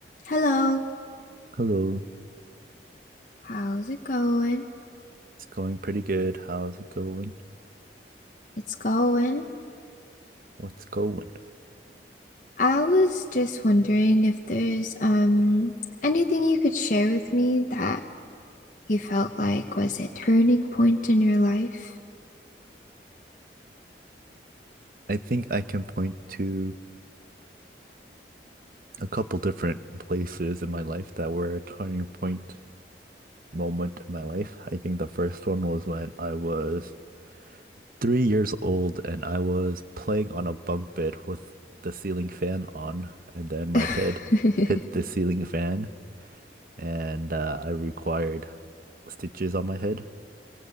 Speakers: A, on the left; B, on the right.
A: Hello,
B: Hello,
A: how's it going?
B: it's going pretty good. How's it going?
A: It's going.
B: What's going?
A: I was just wondering if there's um anything you could share with me that you felt like was a turning point in your life.
B: I think I can point to a couple different places in my life that were a turning point moment in my life. I think the first one was when I was three years old and I was playing on a bunk bed with the ceiling fan on, and then my
A: <laughs>
B: head hit the ceiling fan and uh, I required stitches on my head.